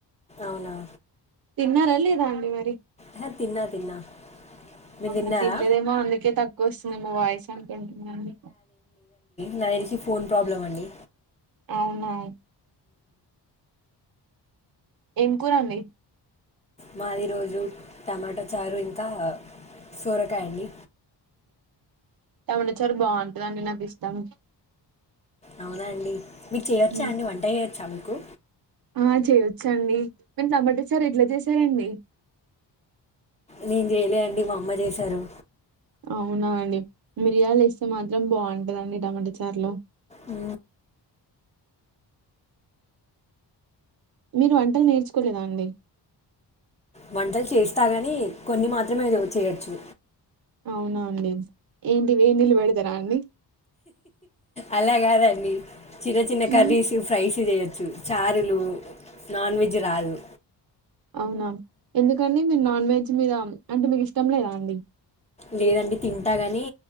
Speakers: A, on the left (about 15°); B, on the right (about 55°).
A: అవునా
B: తిన్నార లేదా అండి మరి
A: హు తిన్నా తిన్నా మీరు
B: అవున
A: తిన్నారా
B: తినలేదేమో అందుకే తక్కువ వస్తుంది మీ వాయిస్ అను కొంతమంది
A: నాకు తెలిసి ఫోన్ ప్రాబ్లం అండి
B: అవును అవును ఏం కూర అండి
A: మాది ఈరోజు టమాటా చారు ఇంకా సొరకాయ అండి
B: టమాట చారు బాగుంటది నాకు ఇష్టం
A: అవునా అండి మీకు చేయొచ్చా
B: ఉమ్.
A: అండివంట చేయచ్చా కు
B: ఆ చేయొచ్చ అండి మేము టమాటసారు ఎట్లా చేసారండి
A: నేను చేయలే అండి మా అమ్మ చేశారు
B: అవునా అండి మిరియాలు వేస్తే మాత్రం బాగుంటదండి టమాట చారులో
A: ఉ
B: మీరు వంటలు నేర్చుకోలేదా అండి
A: వంటలు చేస్తా గాని కొన్ని మాత్రమే చేయొచ్చు
B: అవున అండి ఏంటి వేడి నీళ్లు పెడతరా అండి
A: అలా కాదండి చిన్న చిన్న కర్రీసి
B: ఉమ్.
A: ఫ్రైస్ చేయొచ్చు చారులు నాన్ వెజ్ రాదు
B: అవునా ఎందుకండి మీరు నాన్ వెజ్ మ మీద అంటే మీకు ఇష్టం లేదా అండి
A: లేదండి తింటా కానీ